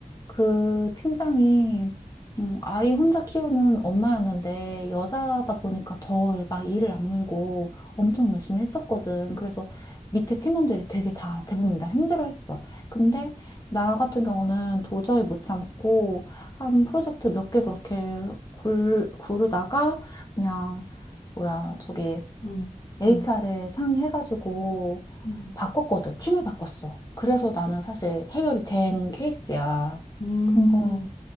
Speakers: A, on the left; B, on the left.
A: 그 팀장이 음, 아이 혼자 키우는 엄마였는데 여자다 보니까 더 막 일을 악물고 엄청 열심히 했었거든. 그래서 밑에 팀원들이 되게 다 대부분 다 힘들어했어. 근데 나 같은 경우는 도저히 못 참고 한 프로젝트 몇 개 그렇게 굴, 구르다가 그냥 뭐야 저기
B: 응,
A: HR에
B: 응,
A: 상의해가지고
B: 응.
A: 바꿨거든. 팀을 바꿨어. 그래서 나는 사실 해결이 된 케이스야.
B: 음,
A: 근데